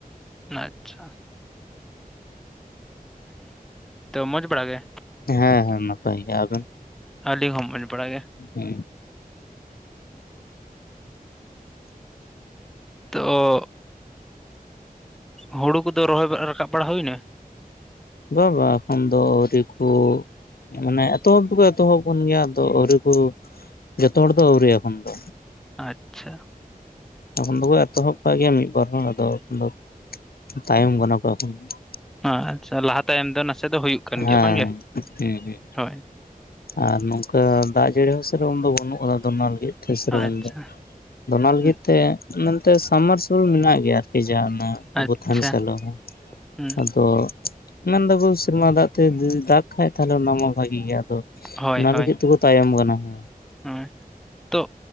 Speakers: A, in the centre; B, on the left (about 80°).
A: ᱟᱪᱪᱷᱟ᱾ ᱛᱚ ᱢᱚᱡᱽ ᱵᱟᱲᱟ ᱜᱮ?
B: ᱦᱮᱸ ᱦᱮᱸ ᱱᱟᱯᱟᱭ ᱜᱮ ᱟᱵᱮᱱ?
A: ᱟᱹᱞᱤᱧ ᱦᱚᱸ ᱢᱚᱸᱡᱽ ᱵᱟᱲᱟ ᱜᱮ
B: ᱦᱩᱸ᱾
A: ᱛᱚ ᱦᱩᱲᱩ ᱠᱚᱫᱚ ᱨᱚᱦᱚᱭ ᱵᱟ ᱨᱟᱠᱟᱵ ᱵᱟᱲᱟ ᱦᱩᱭᱱᱟ?
B: ᱵᱟ ᱵᱟ ᱮᱠᱷᱚᱱ ᱫᱚ ᱟᱹᱣᱨᱤ ᱠᱚ ᱢᱟᱱᱮ ᱮᱛᱚᱦᱚᱵ ᱫᱚᱠᱚ ᱮᱛᱚᱦᱚᱵ ᱠᱚᱱ ᱜᱮᱭᱟ ᱟᱫᱚ ᱟᱹᱣᱨᱤ ᱠᱚ, ᱡᱚᱛᱚ ᱦᱚᱲ ᱫᱚ ᱟᱹᱣᱨᱤ ᱮᱠᱷᱚᱱ ᱫᱚ᱾
A: ᱟᱪᱪᱷᱟ᱾
B: ᱮᱠᱷᱚᱱ ᱫᱚᱠᱚ ᱮᱛᱚᱦᱚᱵ ᱠᱟᱜ ᱜᱮᱭᱟ ᱢᱤᱫᱵᱟᱨ ᱦᱚᱲ ᱟᱫᱚ ᱫᱚ᱾ ᱛᱟᱭᱚᱢ ᱠᱟᱱᱟ ᱠᱚ ᱮᱠᱷᱚᱱ ᱫᱚ,
A: ᱟᱪᱪᱷᱟ ᱞᱟᱦᱟ ᱛᱟᱭᱚᱢ ᱫᱚ ᱱᱟᱥᱮ ᱫᱚ ᱦᱩᱭᱩᱜ ᱠᱟᱱ
B: ᱦᱩᱸ᱾ ᱦᱮᱸ,
A: ᱜᱮᱭᱟ ᱵᱟᱝᱜᱮ
B: ᱦᱩᱸ ᱦᱩᱸ᱾
A: ᱦᱳᱭ
B: ᱟᱨ ᱱᱚᱝᱠᱟ ᱫᱟᱜ ᱡᱟᱹᱲᱤ ᱦᱚᱸ ᱥᱮᱨᱚᱠᱚᱢ ᱫᱚ ᱵᱟᱹᱱᱩᱜ ᱟᱠᱟᱫᱟ ᱟᱫᱚ ᱚᱱᱟ ᱞᱟᱹᱜᱤᱫ ᱛᱮ ᱥᱮᱨᱚᱠᱚᱢ
A: ᱟᱪᱪᱷᱟ
B: ᱫᱚ ᱟᱫᱚ ᱚᱱᱟ ᱞᱟᱹᱜᱤᱫ
A: ᱦᱩᱸ,
B: ᱛᱮ ᱱᱚᱱᱛᱮ ᱥᱟᱢ ᱢᱟᱨᱥᱟᱞ ᱢᱮᱱᱟᱜ ᱜᱮᱭᱟ ᱟᱨᱠᱤ ᱡᱟᱦᱟᱱᱟᱜ ᱟᱵᱚ
A: ᱟᱪᱪᱷᱟ
B: ᱛᱟᱦᱮᱱ ᱥᱮᱞᱚ ᱦᱚᱸ
A: ᱦᱩᱸ
B: ᱟᱫᱚ ᱢᱮᱱ ᱫᱟᱠᱚ ᱥᱮᱨᱢᱟ ᱫᱟᱜ ᱛᱮ ᱡᱩᱫᱤ ᱫᱟᱜ ᱠᱷᱟᱡ ᱛᱟᱞᱦᱮ ᱚᱱᱟ ᱢᱟ ᱵᱷᱟᱜᱤ ᱜᱮ ᱟᱫᱚ,
A: ᱦᱳᱭ
B: ᱚᱱᱟ
A: ᱦᱳᱭ
B: ᱞᱟᱹᱜᱤᱫ ᱛᱮᱠᱚ ᱛᱟᱭᱚᱢ ᱠᱟᱱᱟ ᱦᱮᱸ᱾
A: ᱦᱳᱭ ᱛᱚ,